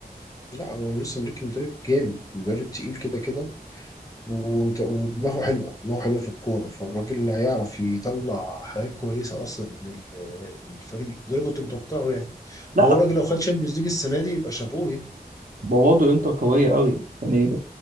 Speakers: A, on the left; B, on the right.
A: لا هو لسه مدرك مدرب جامد مدرب تقيل كده كده وت- ودماغه حلوه دماغه حلوه في الكوره فالراجل اللي هيعرف يطلع حاجات كويسه اصلا من ال- من الفريق وده اللي كنت متوقعه يعني
B: لا
A: وهو الراجل لو خد شامبيونز ليج السنه دي يبقى شابوه يعني
B: بوضع انت قويه قوي يعني